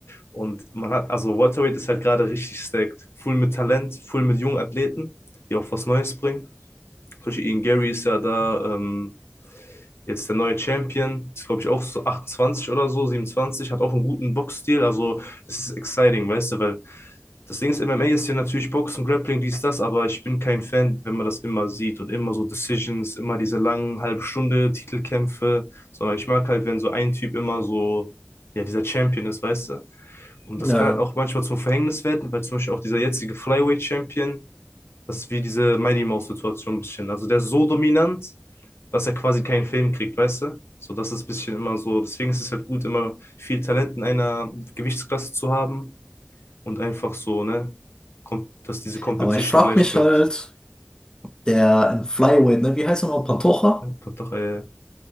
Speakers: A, on the left; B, on the left.
A: Und man hat, also Welterweight ist halt gerade richtig stacked. Full mit Talent, full mit jungen Athleten, die auch was Neues bringen. Zum Beispiel Ian Gary ist ja da ähm, jetzt der neue Champion. Ist, glaube ich, auch so 28 oder so, 27. Hat auch einen guten Boxstil. Also, es ist exciting, weißt du, weil das Ding ist, MMA ist ja natürlich Boxen, Grappling, dies, das, aber ich bin kein Fan, wenn man das immer sieht und immer so Decisions, immer diese langen halbe Stunde Titelkämpfe, sondern ich mag halt, wenn so ein Typ immer so, ja, dieser Champion ist, weißt du? Und
B: ja.
A: das kann
B: ja.
A: halt auch manchmal zum Verhängnis werden, weil zum Beispiel auch dieser jetzige Flyweight-Champion, das ist wie diese Mighty Mouse-Situation ein bisschen. Also der ist so dominant, dass er quasi keinen Film kriegt, weißt du? So, das ist ein bisschen immer so. Deswegen ist es halt gut, immer viel Talent in einer Gewichtsklasse zu haben und einfach so, ne, kom- dass diese Competition
B: Aber ich frag
A: gleich
B: mich
A: bleibt.
B: halt, der in Flyweight, ne, wie heißt er noch? Pantoja?
A: Ja, Doch, äh,